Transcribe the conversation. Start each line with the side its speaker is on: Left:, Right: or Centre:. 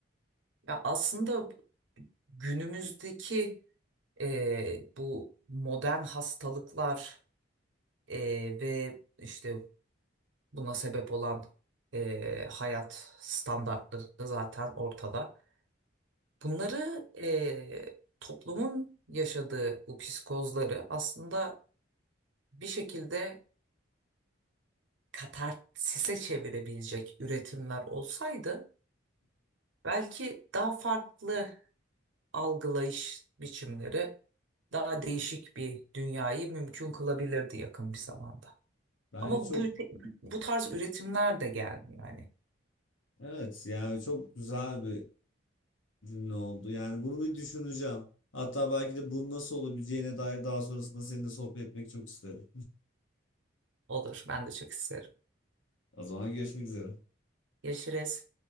Right: Ya aslında günümüzdeki e, bu modern hastalıklar e, ve işte buna sebep olan e, hayat standartları zaten ortada. Bunları e, toplumun yaşadığı bu psikozları aslında bir şekilde katarsise çevirebilecek üretimler olsaydı belki daha farklı algılayış biçimleri daha değişik bir dünyayı mümkün kılabilirdi yakın bir zamanda.
Left: <laughs> Bence
Right: Ama
Left: çok
Right: bu bu tarz üretimler de gelmiyor yani
Left: evet yani çok güzel bir cümle oldu. Yani bunu bir düşüneceğim. Hatta belki de bunun nasıl olabileceğine dair daha sonrasında seninle sohbet etmek çok isterim.
Right: Olur, ben de çok isterim.
Left: O zaman görüşmek üzere.
Right: Yaşarız.